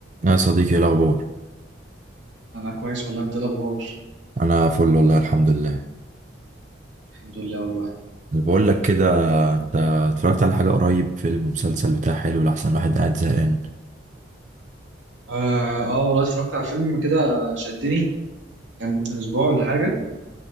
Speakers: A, on the right; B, on the right.
A: يا صديقي ايه الاخبار
B: انا كويس والله انت إيه الاخبار
A: انا فل والله الحمد لله
B: الحمد لله والله
A: اللي بقول لك كده انت اتفرجت على حاجه قريب فيلم مسلسل بتاع حلو لاحسن واحد قاعد زهقان
B: اه آه والله اتفرجت على فيلم كده شدني كان من اسبوع ولا حاجه